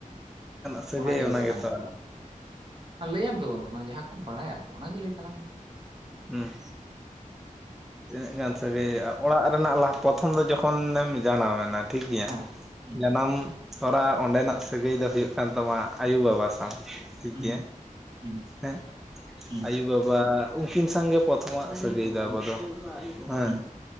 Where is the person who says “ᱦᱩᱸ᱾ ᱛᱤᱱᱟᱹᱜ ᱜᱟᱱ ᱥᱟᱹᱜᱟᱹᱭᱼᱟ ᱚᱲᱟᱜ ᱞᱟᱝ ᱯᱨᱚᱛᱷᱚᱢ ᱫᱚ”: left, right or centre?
Centre